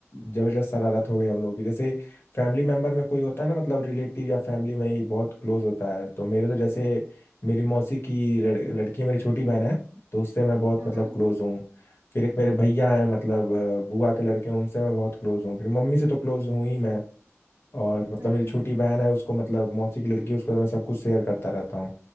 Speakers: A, on the left; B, on the right.
A: जबरदस्त शरारत हो गई हम लोग की जैसे फैमिली मेंबर में कोई होता है ना मतलब रिलेटिव या फैमिली में ही बहुत क्लोज होता है तो मेरे तो जैसे मेरी मौसी की लड़- लड़की है, मेरी छोटी बहन है तो उससे मैं बहुत
B: हाँ
A: मतलब क्लोज हूँ फिर एक मेरे भैया हैं मतलब अ, बुआ के लड़के हैं उनसे मैं बहुत क्लोज हूँ फिर मम्मी से तो क्लोज हूँ ही मैं और मतलब
B: हाँ
A: मेरी
B: हाँ
A: छोटी बहन है उसको मतलब मौसी की लड़की है, उसको तो मैं सब कुछ शेयर करता रहता हूँ